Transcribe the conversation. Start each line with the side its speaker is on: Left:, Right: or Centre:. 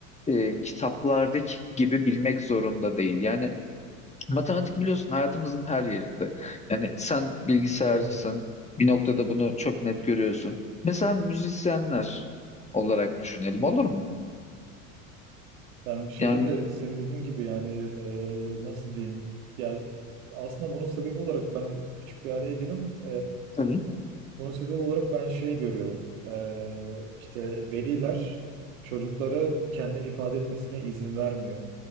Left: e, kitaplardaki gibi bilmek zorunda değil. Yani matematik biliyorsun hayatımızın her yerinde. Yani sen bilgisayarcısın,
Right: Evet.
Left: bir noktada bunu çok net görüyorsun. Mesela müzisyenler olarak düşünelim olur mu?
Right: Ben bir şeyde
Left: Yani
Right: de senin dediğin gibi yani e, nasıl diyeyim? Yani aslında bunun sebebi olarak ben küçük bir araya gireyim.
Left: Tabii.
Right: Bunun sebebi olarak ben şey görüyorum. Ee, işte veliler çocukların kendini ifade etmesine izin vermiyor.